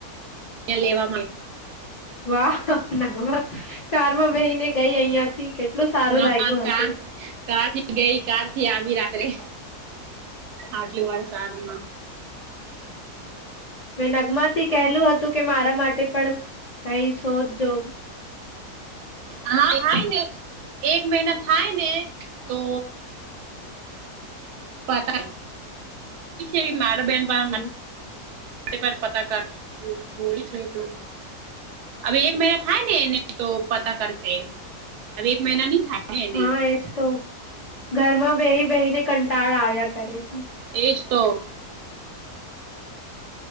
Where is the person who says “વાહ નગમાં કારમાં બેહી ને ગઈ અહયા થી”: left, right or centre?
Left